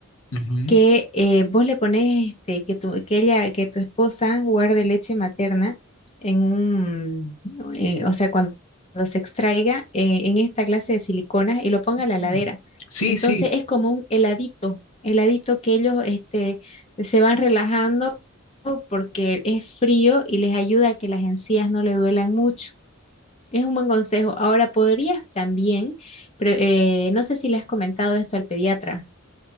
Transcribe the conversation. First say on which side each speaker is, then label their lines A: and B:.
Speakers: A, on the left (about 85°); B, on the left (about 30°).
A: Ujú.
B: que eh, vos le pones este, que tu, que ella, que tu esposa guarde leche materna en un, eh, o sea, cuando, se extraiga eh, en esta clase de siliconas y lo ponga a la
A: Mm.
B: heladera.
A: Sí,
B: Entonces
A: sí,
B: es como un heladito, heladito que ellos este, se van relajando porque es frío y les ayuda a que las encías no le duelan mucho. Es un buen consejo. Ahora podrías también, pero, eh, no sé si le has comentado esto al pediatra.